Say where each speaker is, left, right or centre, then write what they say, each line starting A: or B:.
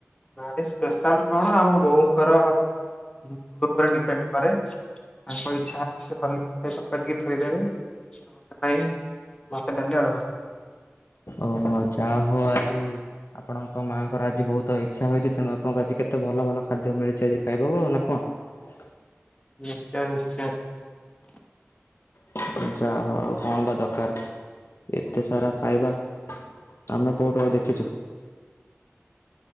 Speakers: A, on the left (about 20°); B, on the left (about 65°).
A: ନାଇଁ ସ୍ପେଶାଲ କଣ ଆମ ବୋଉଙ୍କର ମୁଡ଼ ଉପରେ ଡିପେଣ୍ଡ କରେ ତାଙ୍କ ଇଚ୍ଛା ହେଲେ ସେ ଭଲ କରିକି ଥୋଇଦେବେ ନହେଲେ ନାଇଁ ଭାତ, ଡାଲି, ଆଳୁ ଭର୍ତା।
B: ଓହୋ ଯା ହଉ ଆଉ ଆଜି ଆପଣଙ୍କ ମାଆଙ୍କର ଆଜି ବହୁତ ଇଚ୍ଛା ହୋଇଛି ତେଣୁ ଆପଣଙ୍କୁ ଆଜି କେତେ ଭଲ ଭଲ ଖାଦ୍ୟ ମିଳିଛି ଆଜି ଖାଇବାକୁ ଆଉ ନା କଣ?
A: ନିଶ୍ଚୟ ନିଶ୍ଚୟ।
B: ଯାହା ହଉ ଆଉ କଣ ବା ଦରକାର ଏତେ ସାରା ଖାଇବା ଆମେ କୋଉଠୁ ଆଉ ଦେଖିଛୁ।